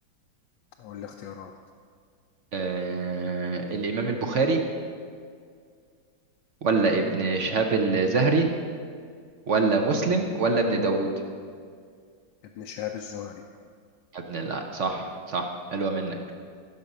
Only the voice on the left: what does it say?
أقول الاختيارات
ابن شهاب الزهري